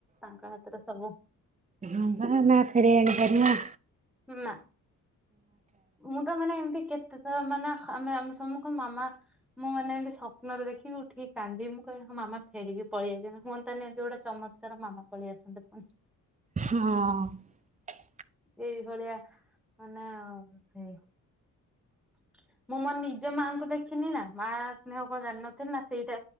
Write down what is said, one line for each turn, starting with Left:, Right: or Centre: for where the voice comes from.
Centre: ତାଙ୍କ ହାତରେ ସବୁ।
Right: ହଁ ପରା ନା ଫେରେଇ‌ଆଣି ପାରିବା।
Centre: ନା ମୁଁ ତ ମାନେ ଏମିତି କେତେ ତ ମାନେ ଆମେ ଆମେ ସମୁଙ୍କୁ ମାମା ମୁଁ ମାନେ ଏମିତି ସ୍ୱପ୍ନରେ ଦେଖିବି ଉଠିକି କାନ୍ଦିମି ମୁଁ କହେ ହଁ ମା ମାମା ଫେରିକି ପଳେଇଆସନ୍ତି ହୁଅନ୍ତାନି ଏମତି ଗୋଟେ ଚମତ୍କାର ମାମା ପଳେଇଆସନ୍ତେ ପୁଣି।
Right: ହଁ।
Centre: ଏଇଭଳିଆ ମାନେ ହେଇ <unintelligible> ମୁଁ ମୋ ନିଜ ମାଙ୍କୁ ଦେଖିନି ନା। ମା ସ୍ନେହ କଣ ଜାଣିନଥିନି ନା। ସେଇଟା